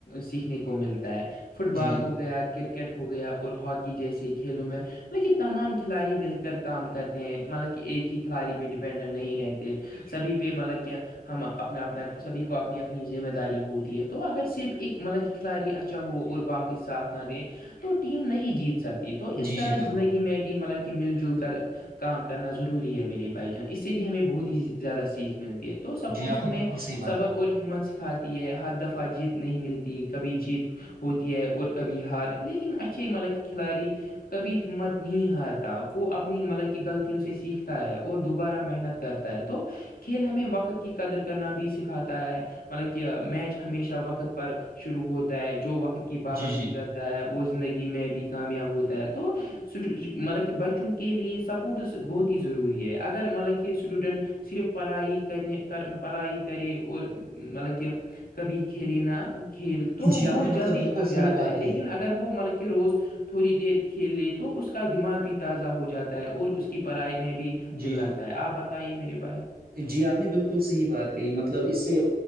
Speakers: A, on the left (about 80°); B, on the right (about 90°).
A: سیکھنے کو ملتا ہے فٹ
B: جی
A: بال
B: جی
A: ہو گیا کرک کرکٹ ہو گیا اور ہاکی جیسے کھیلوں میں مطب یہ تمام کھلاڑی مل کر کام کرتے ہیں مطلب کہ ایک ہی کھلاڑی پہ ڈیپینڈنٹ نہیں رہتے سبھی پہ مطلب کیا ہم اپنا اپنا سبھی کو اپنی اپنی ذمہ داری ہوتی ہے تو اگر صرف ایک مطلب کہ کھلاڑی ا ہو اور باقی ساتھ نہ دیں تو ٹیم نہیں جیت سکتی تو اس
B: جی
A: طرح
B: جی
A: زندگی
B: بالکل
A: میں بھی مطلب کہ مل جل کر کر کام کرنا ضروری ہے میرے بھائی جان اس سے بھی ہمیں بہت ہی زیادہ سیکھ ملتی ہے تو سپورٹس
B: جی آپ
A: ہمیں
B: نے بالکل صحیح بات
A: صبر
B: کی
A: اور ہمت سکھاتی ہے ہر دفعہ جیت نہیں ملتی کبھی جیت ہوتی ہے اور کبھی ہار ہے لیکن اچھے ہی مطب کہ کھلاڑی کبھی ہمت نہیں ہارتا وہ اپنی مطلب کی غلطیوں سے سیکھتا ہے اور دوبارہ محنت کرتا تو کھیل ہمیں وقت کی قدر کرنا بھی سکھاتا ہے مطلب کہ میچ ہمیشہ وقت پر شروع ہوتا ہے جو وقت کی پابندی
B: جی جی
A: کر ہو وہ زندگی میں بھی کامیاب ہوتا ہے تو مطلب کہ بچوں کے لیے سپورٹس بہت ہی ضروری ہے اگر مطلب کہ اسٹوڈنٹ صرف پڑائی کرنے کر پڑائی کرے اور مطلب کہ کبھی کھیلےینا کھیل تو
B: جی آپ
A: وہ
B: نے مطلب
A: جلدی
B: بالکل
A: تھک
B: صحیح
A: جاتا
B: بات
A: ہے لیکن
B: کہی
A: اگر اگر وہ مطلب کہ روز تھوڑی دیر کھیلے تو اس کا دماغ بھی تازہ ہو جاتا ہے اور اس کی پڑھائی میں بھی دل
B: جی جی
A: لگتا ہے آپ بتائیے میرے بھائی
B: جی آپ نے بالکل صحیح بات کہی مطلب اس سے